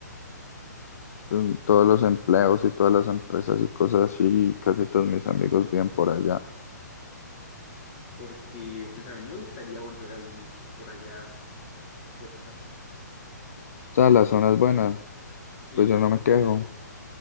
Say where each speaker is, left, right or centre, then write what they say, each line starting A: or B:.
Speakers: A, on the left; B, on the left.
A: Mm, Todos los empleos y todas las empresas y cosas así, y casi todos mis amigos viven por allá.
B: porque pues a mí me gustaría volver a vivir por allá cerca.
A: O sea, la zona es buena,
B: Sí,
A: pues yo no me quejo